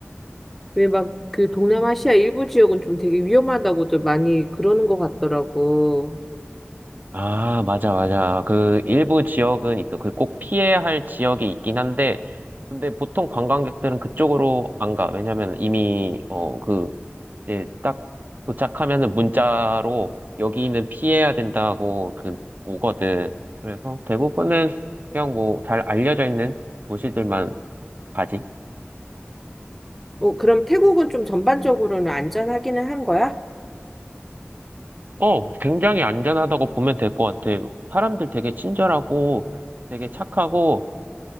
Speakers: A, in the centre; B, on the right.
A: 왜 막 그 동남아시아 일부 지역은 좀 되게 위험하다고도 많이 그러는 것 같더라고.
B: 아, 맞아, 맞아. 그, 일부 지역은 있어. 그 꼭 피해야 할 지역이 있긴 한데, 근데 보통 관광객들은 그쪽으로 안 가. 왜냐면 이미, 어, 그, 이제 딱 도착하면은 문자로 여기는 피해야 된다고 그, 오거든. 그래서 대부분은 그냥 뭐 잘 알려져 있는 도시들만 가지.
A: 어, 그럼 태국은 좀 전반적으로는 안전하기는 한 거야?
B: 어, 굉장히 안전하다고 보면 될 것 같아. 사람들 되게 친절하고 되게 착하고,